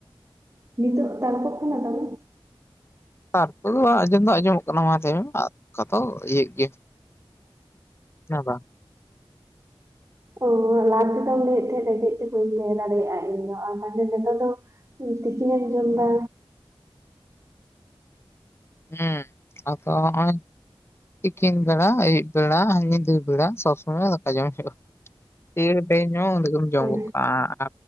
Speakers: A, on the right; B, on the left.
A: ᱱᱤᱛᱳᱜ ᱛᱟᱨᱠᱳᱜ ᱠᱟᱱᱟ ᱫᱚᱢᱮ
B: ᱛᱟᱨᱯᱚᱨᱮ ᱫᱚ ᱟᱸᱡᱚᱢ ᱫᱚ ᱟᱸᱡᱚᱢᱚᱜ ᱠᱟᱱᱟ ᱢᱟ ᱞᱟ. ᱭᱢᱟ ᱚᱱᱠᱟᱫᱚ ᱤᱭᱟᱹᱜ ᱜᱮᱭᱟ ᱦᱮᱸ ᱵᱟᱝ
A: ᱚ ᱞᱟᱦᱟ ᱛᱮᱫᱚᱢ ᱞᱟᱹᱭᱮᱫ ᱛᱟᱦᱮᱸ ᱨᱮᱸᱜᱮᱡ ᱛᱮ ᱵᱟᱹᱧ ᱛᱟᱦᱮᱸ ᱫᱟᱲᱮᱭᱟᱜᱼᱟ ᱤᱧᱫᱚ ᱟᱨ ᱛᱟᱦᱚᱞᱮ ᱱᱮᱛᱟᱨ ᱫᱚ ᱛᱤᱠᱤᱱᱮᱢ ᱮᱢ ᱡᱚᱢ ᱫᱟ
B: ᱦᱩᱸ ᱟᱫᱚ ᱦᱚᱸᱜ-ᱚᱭ ᱛᱤᱠᱤᱱ ᱵᱮᱲᱟ ᱟᱹᱭᱩᱵ ᱵᱮᱲᱟ ᱦᱮᱸ ᱧᱤᱫᱟᱹ ᱵᱮᱲᱟ ᱥᱚᱵᱚᱢᱚᱭ ᱫᱟᱠᱟ ᱡᱚᱢ ᱦᱩᱭᱩᱜ-ᱟ ᱛᱤ ᱨᱮ ᱴᱟᱭᱢ ᱧᱟᱢᱚᱜ-ᱟ ᱩᱱᱨᱮᱜᱮᱢ ᱡᱚᱢ
A: ᱦᱮᱸ,
B: ᱜᱚᱫ ᱠᱟᱜᱼᱟ